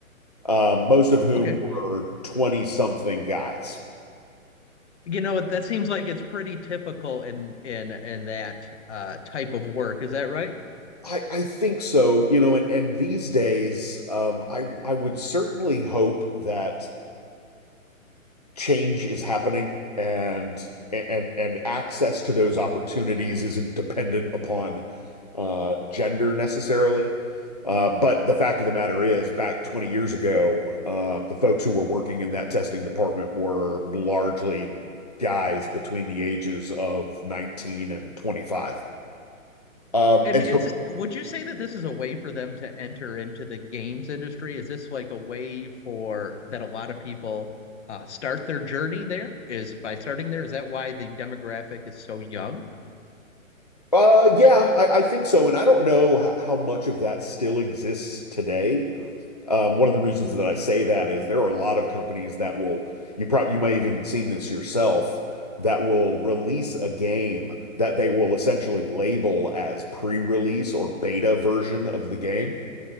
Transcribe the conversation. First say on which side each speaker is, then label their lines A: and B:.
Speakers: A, on the left (about 30°); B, on the left (about 55°).
A: uh, most of whom
B: Okay.
A: were 20 something guys.
B: You know, what, that seems like it's pretty typical in in in that uh, type of work. Is that right?
A: I, I think so, you know, and, and these days, um, I I would certainly hope that change is happening and and and access to those opportunities isn't dependent upon uh, gender necessarily. Uh, But the fact of the matter is, back 20 years ago, uh, the folks who were working in that testing department were largely guys between the ages of 19 and 25. Um,
B: And
A: And
B: is
A: so,
B: would you say that this is a way for them to enter into the games industry? Is this like a way for that a lot of people uh, start their journey there? Is by starting there, is that why the demographic is so young?
A: uh, yeah, I I think so. And I don't know how how much of that still exists today. Um, One of the reasons that I say that is there are a lot of companies that will, you probably you might have even seen this yourself, that will release a game that they will essentially label as pre-release or beta version of the game.